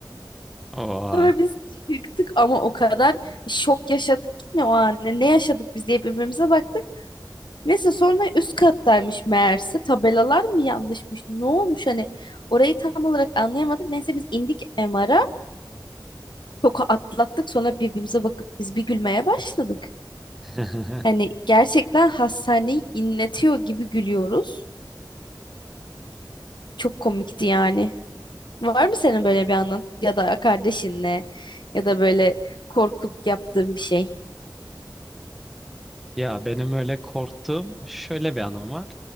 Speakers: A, in the centre; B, on the left.
A: Oha.
B: Sonra biz çıktık ama o kadar şok yaşadık ki ne o an ne yaşadık biz diye birbirimize baktık. Neyse sonra üst kattaymış meğerse tabelalar mı yanlışmış ne olmuş hani orayı tam olarak anlayamadık. Neyse biz indik MR'a şoku atlattık sonra birbirimize bakıp biz bir gülmeye başladık.
A: <laughs>
B: Hani gerçekten hastaneyi inletiyor gibi gülüyoruz. Çok komikti yani. Var mı senin böyle bir anın ya da kardeşinle ya da böyle korkup yaptığın bir şey?
A: Ya benim öyle korktuğum şöyle bir anım var.